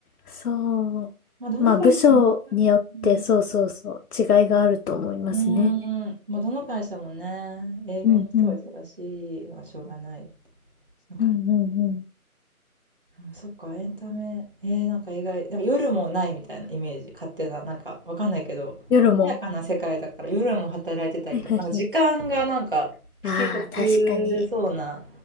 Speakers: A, on the left (about 80°); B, on the right (about 35°).
A: そう。
B: まあ、どの会社も一緒かうん
A: まあ、部署によって、そうそうそう、違いがあると思いますね。
B: うーですね。ん、まあ、どの会社もね、営業の人は忙しいはしょうがない
A: うん、うん、
B: のかな。
A: うん、うん、うん。
B: うん、そっか、エンタメ、えー、なんか意外、なんか夜もないみたいなイメージ、勝手な、なんかわかんないけど、
A: 夜も。
B: 華やかな世界だから夜も働いてたりとか、
A: <laughs> はいはいはい。
B: なんか時間がなんか不規則そうな
A: ああ、確かに。